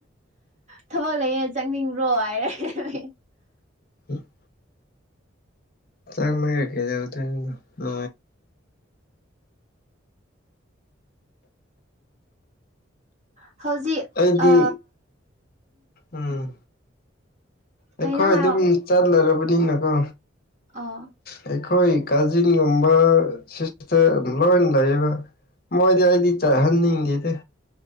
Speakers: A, on the right; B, on the left.
A: ꯊꯕꯛ ꯂꯩꯌꯦ ꯆꯪꯅꯤꯡꯕ꯭ꯔꯣ ꯍꯥꯏꯔꯦ ꯃꯤ
B: ꯎꯝ ꯆꯍꯤ ꯃꯉꯥ ꯀꯩꯗꯧꯗꯣꯏꯅꯣ ꯅꯥ
A: ꯍꯧꯖꯤꯛ
B: ꯑꯩꯗꯤ
A: ꯑ
B: ꯎꯝ ꯑꯩꯈꯣꯏ
A: ꯀꯩꯅꯣ ꯍꯥꯏꯌꯣ
B: ꯑꯗꯨꯝ ꯆꯠꯂꯔꯕꯗꯤꯅꯀꯣ
A: ꯑꯣ
B: ꯑꯩꯈꯣꯏ ꯀꯥꯖꯤꯟꯒꯨꯝꯕ ꯁꯤꯁꯇꯔ ꯂꯣꯏ ꯂꯩꯌꯦꯕ ꯃꯣꯏꯗꯤ ꯑꯩꯗꯤ ꯆꯠꯍꯟꯅꯤꯡꯗꯦꯗꯤ